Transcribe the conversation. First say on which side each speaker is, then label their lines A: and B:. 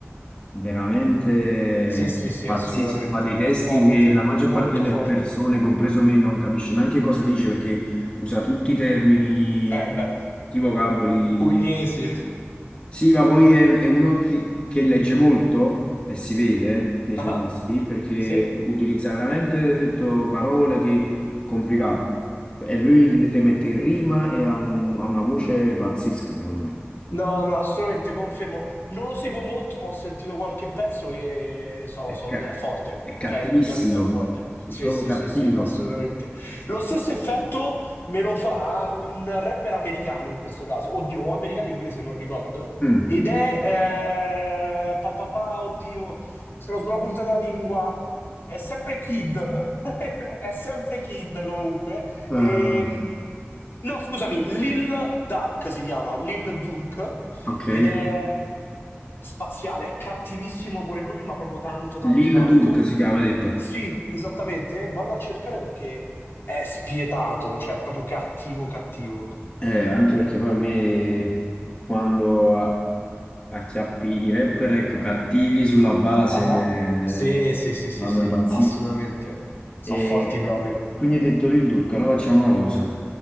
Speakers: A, on the left (about 25°); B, on the left (about 55°).
A: veramente
B: Sì, sì, sì,
A: pazzesco,
B: assolutamente,
A: fa dei testi
B: è forte,
A: che la maggior
B: molto
A: parte delle
B: forte.
A: persone, compreso me, non capisce neanche cosa dice perché usa tutti i termini
B: Eh beh,
A: tipo vocaboli
B: pugliesi.
A: sì, ma poi è, è uno che, che legge molto e si vede nei
B: Ah,
A: suoi testi perché
B: sì?
A: utilizza veramente, ho detto, parole che complicate e lui le, le mette in rima e ha, un- ha una voce pazzesca, secondo me.
B: No, no, assolutamente confermo. Non lo seguo molto, ma ho sentito qualche pezzo e so,
A: È,
B: so-
A: ca-
B: è forte.
A: è cattivissimo,
B: Cioè, indubbiamente è forte.
A: è
B: Sì,
A: proprio
B: sì,
A: cattivo.
B: sì, sì, assolutamente. Lo stesso effetto me lo fa un rapper americano in questo caso. Oddio, o americano o inglese, non ricordo.
A: Mm.
B: Ed è... Eh, pa, pa, pa, oddio, sono sulla punta della lingua. È sempre Kid. <laughs> È sempre Kid comunque.
A: Eh,
B: Ehm, no, scusami, Lil Dark si chiama, Lil Durk,
A: ok.
B: ed è spaziale, è cattivissimo pure lui, ma proprio tanto, tanto,
A: Lil
B: tanto.
A: Durk si chiama, hai detto.
B: Sì, esattamente, vallo a cercare perché è spietato, cioè è proprio cattivo, cattivo.
A: Eh, anche perché poi a me quando a- acchiappi i rapper ecco, cattivi sulla base
B: Ah,
A: eh,
B: Sì, sì, sì, sì,
A: vanno
B: sì,
A: impazziti.
B: assolutamente. Sono
A: E
B: forti proprio.
A: quindi ho detto Lil Durk, allora facciamo una cosa.